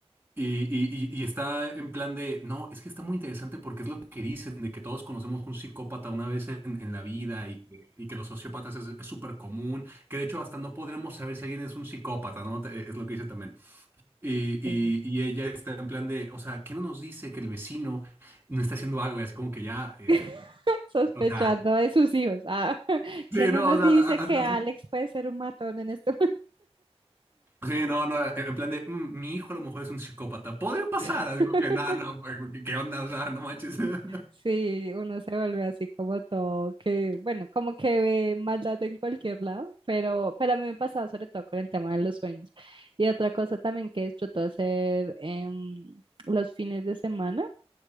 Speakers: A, on the right; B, on the right.
A: Y, y, y, y está en plan de, no, es que está muy interesante porque es lo que dicen, de que todos conocemos un psicópata una vez en, en la vida y, que y que los sociópatas es es súper común, que de hecho hasta no podremos saber si alguien es un psicópata, ¿no? Te- Es lo que dice también. Y,
B: sí.
A: y- y ella está en plan de, o sea, ¿qué no nos dice que el vecino no está haciendo algo? Y así como que ya, eh,
B: <laughs> sospechando
A: o sea,
B: de sus hijos. Ah, <laughs>
A: <laughs> sí,
B: que no
A: no,
B: nos
A: o sea,
B: dice
A: a- a-
B: que
A: a-
B: Alex puede ser un matón en este momento.
A: sí, no, no, en plan de, "Mm, mi hijo a lo mejor es un psicópata, podría pasar,
B: <laughs>
A: algo que no, no, pues, ¿qué qué onda? O sea, no manches. <laughs>
B: Sí, uno se vuelve así como todo, que bueno, como que ve maldad en cualquier lado, pero, pero a mí me ha pasado sobre todo con el tema de los sueños. Y otra cosa también que disfruto hacer en los fines de semana